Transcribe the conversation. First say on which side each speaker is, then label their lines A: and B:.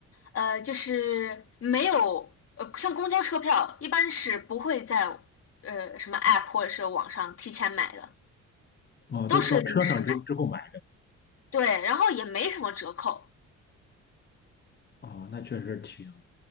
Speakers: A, on the left; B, on the left.
A: 呃，就是没有，呃，像公交车票一般是不会在呃什么 app 或者是网上提前买的，
B: 啊，
A: 都是临时买。
B: 都到车上之之后买
A: 对，然后也没什么折扣，
B: 的啊，那确实挺